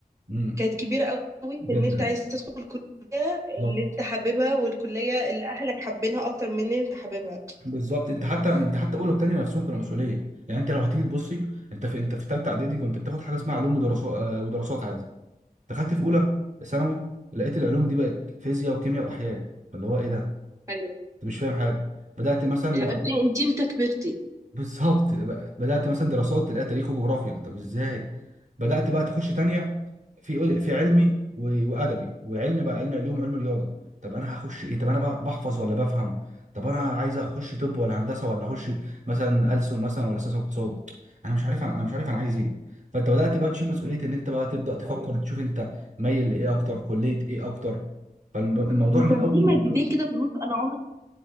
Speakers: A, on the right (about 50°); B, on the right (about 20°).
A: امم
B: كانت كبيرة قوي
A: جدا
B: في إن أنت عايز تدخل الكلية
A: بالظبط
B: اللي أنت حاببها والكلية اللي أهلك حابينها أكتر من إن أنت حاببها
A: بالظبط انت حتى انت حتى اولى وثانيه نفسهم كانوا مسؤوليه يعني انت لو هتيجي تبصي انت في انت في ثالثه اعدادي كنت بتاخد حاجه اسمها علوم ودراسات ودراسات عادي دخلت في اولى ثانوي لقيت العلوم دي بقت فيزياء وكيمياء واحياء فاللي هو ايه ده
B: ايوه
A: انت مش فاهم حاجه بدات مثلا
B: انت
A: لا-
B: انت امتى كبرتي
A: بالظبط بقى- بدأت مثلا دراسات تلاقي تاريخ وجغرافيا طب ازاي بدأت بقى تخش تانية في قل- في علمي و- وأدبي وعلمي بقى علمي علوم وعلم رياضة طب أنا هخش إيه طب أنا بقى بحفظ ولا بفهم طب أنا عايز أخش طب ولا هندسة ولا أخش مثلا ألسن مثلا ولا سياسة واقتصاد أنا مش عارف أنا أنا مش عارف أنا عايز إيه فأنت بدأت بقى تشيل مسؤولية إن أنت بقى تبدأ تفكر
B: ايوه
A: تشوف أنت مايل لإيه أكتر كلية إيه أكتر فالموضوع
B: وكان
A: من أول
B: في مادتين
A: من أول
B: كده في النص انا عمري